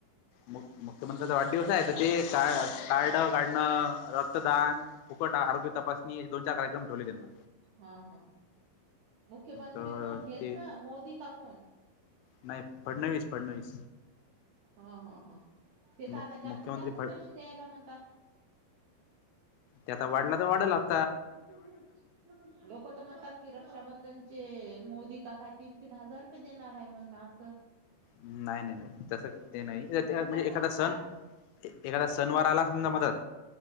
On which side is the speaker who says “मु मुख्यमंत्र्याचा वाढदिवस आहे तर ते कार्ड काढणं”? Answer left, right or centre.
Left